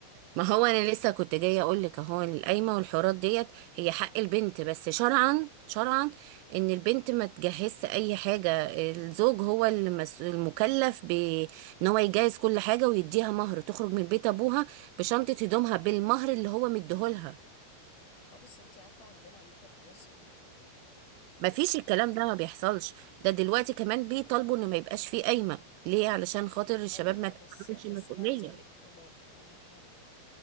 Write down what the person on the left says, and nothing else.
اه بس انتي عارفة عندنا عامة في مصر ال- يعني
الج-
ايوه
بس بس
انا عايزة اقول لك هما انا هفهمك